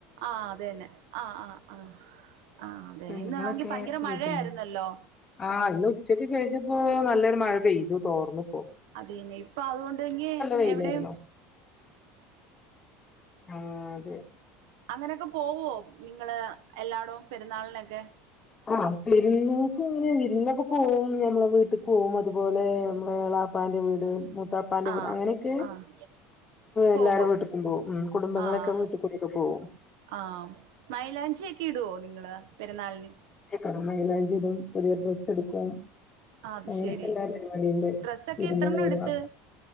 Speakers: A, on the right; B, on the left.
A: ആഹ് അത തന്നെ ആഹ് ആഹ് ആഹ് ആഹ് അതെെ
B: പെണ്ണുങ്ങളൊക്കെ
A: ഇന്ന്ണമെങ്കിൽ ഭയങ്കര
B: വീട്ടിന്ന്
A: മഴയായിരുന്നല്ലോ
B: ആഹ് ഇന്ന് ഉച്ചക്ക് ശേഷം ഇപ്പോ നല്ലൊരു മഴ പെയ്തു തോർന്നു
A: അതീന് ഇപ്പൊ അതുകൊണ്ടേങ്കി
B: വെയിലായിരുന്നു
A: എവിടെയും
B: ആഹ്അതെ
A: അങ്ങനൊക്കെ പോവോ നിങ്ങള് എല്ലാടവും പെരുന്നാളിനൊക്കെ
B: ആ പെരിന്നോക്കുങ്ങനെ വിരുന്നൊക്കെ പോവും ഞമ്മളെ വീട്ടിക്ക് പോവും അതുപോലെ നമ്മളെ എളാ മൂത്താപ്പാന്റെ വീട് മൂത്താപ്പാന്റെ
A: ആഹ്
B: വീട് അങ്ങനെക്കെ
A: ആഹ്
B: എല്ലാരും
A: പോകും
B: വീട്ട്ക്കും പോകും കുടുംബങ്ങളൊക്കെ
A: ആഹ്
B: വീട്ടിക്കൂടെ പോവും
A: ആഹ് മൈലാഞ്ച്യക്കെ ഇടോനിങ്ങള് പെരുന്നാളിന്
B: കട മൈല്ലാഞ്ചി ടൽ പുതിയ ഡ്രസ് എട്ക്കും
A: ആഹ് അത്
B: ഒ <unintelligible> ങ്ങിക്ക്ല്ല
A: ശരി
B: പരിപാടിണ്ട്
A: ഡ്രസ്സൊക്കെ
B: ഇരുന്ന്
A: എത്രണ്ണം
B: പോവാ
A: എടുത്ത്